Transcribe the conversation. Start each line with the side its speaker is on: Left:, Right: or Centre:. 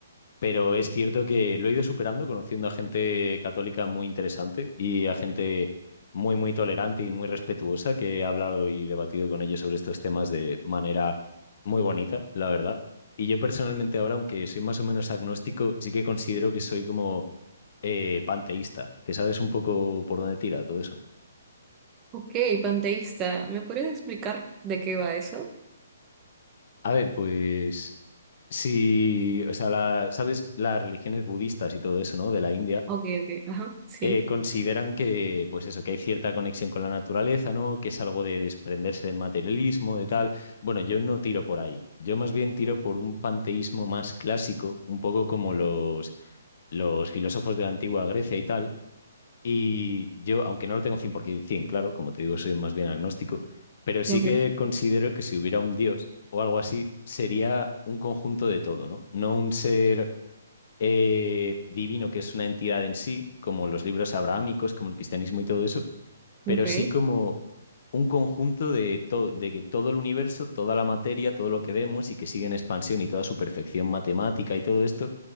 Left: pero es cierto que lo he ido superando conociendo a gente católica muy interesante y a gente muy, muy tolerante y muy respetuosa que he hablado y debatido con ellos sobre estos temas de manera muy bonita, la verdad. Y yo personalmente ahora, aunque soy más o menos agnóstico, sí que considero que soy como eh, panteísta, que sabes un poco por dónde tira todo eso.
Right: Ok, panteísta, ¿me podrías explicar de qué va eso?
Left: A ver, pues si, o sea, la- sabes, las religiones budistas y todo eso, ¿no? De la India,
Right: Ok, ok, ajá, sí.
Left: eh, consideran que, pues eso, que hay cierta conexión con la naturaleza, ¿no? Que es algo de desprenderse del materialismo, de tal. Bueno, yo no tiro por ahí. Yo más bien tiro por un panteísmo más clásico, un poco como los, los filósofos de la antigua Grecia y tal Y yo, aunque no lo tengo 100%, claro, como te digo, soy más bien agnóstico, pero sí
Right: Ok,
Left: que considero que si hubiera un Dios o algo así, sería un conjunto de todo, ¿no? No un ser eh, divino que es una entidad en sí, como los libros abrahámicos, como el cristianismo y todo eso,
Right: ok,
Left: pero sí como un conjunto de, to- de que todo el universo, toda la materia, todo lo que vemos y que sigue en expansión y toda su perfección matemática y todo esto,